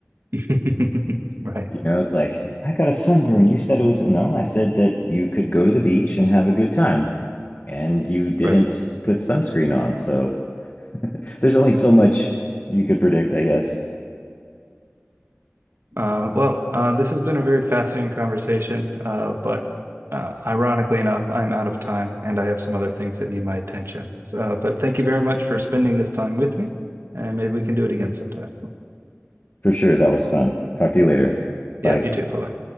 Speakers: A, on the right; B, on the left.
A: <laughs> Right,
B: you know it's like i got a sunburn you said it was no i said that you could go to the beach and have a good time and you didn't
A: right.
B: put sunscreen on so <laughs> there's only so much you could predict i guess
A: Uh, well, uh, this has been a very fascinating conversation, uh, but uh, ironically enough, I'm out of time and I have some other things that need my attention. So, uh, but thank you very much for spending this time with me, and maybe we can do it again sometime.
B: for sure that was fun talk to you later
A: Yeah,
B: bye
A: you too. Bye bye.